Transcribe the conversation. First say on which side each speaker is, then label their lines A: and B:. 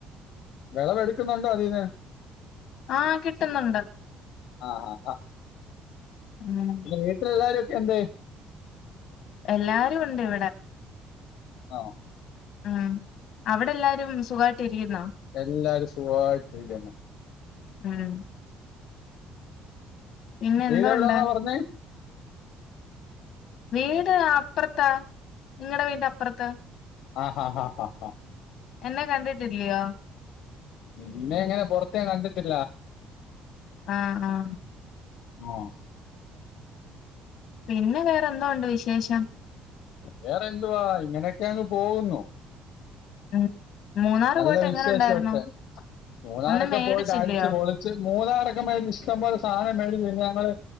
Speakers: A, on the left; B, on the left.
A: വിളവെടുക്കുന്നുണ്ടോ അതീന്ന്
B: ആ കിട്ടുന്നുണ്ട്
A: ആഹാ
B: ഉം
A: പിന്നെ വീട്ടിലെ എല്ലാരൊക്കെ എന്ത്യെ
B: എല്ലാരും ഉണ്ട് ഇവിടെ
A: ആ
B: ഉം അവിടെ എല്ലാരും സുഖമായിട്ട് ഇരിക്കുന്നോ
A: എല്ലാരും സുഖായിട്ടിരിക്ക
B: ഉം പിന്നെ
A: വീട്
B: എന്തോണ്ട്
A: എവിടാന്നാ പറഞ്ഞേ
B: വീട് അപ്പുറത്താ നിങ്ങളടെ വീന്റെ അപ്പുറത്ത്
A: ആഹ് ഹാ ഹാ ആഹ്
B: എന്നാ കണ്ടിട്ട്ല്ലയോ
A: നിന്നെ എങ്ങനെ പൊറത്തേ ഞൻ കണ്ടിട്ടില്ല
B: ആഹ് ആഹ്
A: ആഹ്
B: പിന്നെ വേറെന്തോ ഉണ്ട് വിശേഷം
A: വേറെ എന്തുവാ ഇങ്ങനെയൊക്കെ അങ്ങ് പോകുന്നു
B: ഉം മൂന്നാറ്
A: നല്ല
B: പോയിട്ട്
A: വിശേഷം
B: എങ്ങനെ ഉണ്ടായിരുന്നു
A: ഒക്കെ മൂന്നാറൊക്കെ
B: ഒന്നും മേടിച്ചില്ലയോ
A: പോയിട്ട് അടിച്ച് പൊളിച്ച് മൂന്നാറൊക്കെ പോയിട്ട ഇഷ്ടം പോലെ സാധനം പിന്നെ ഞങ്ങള്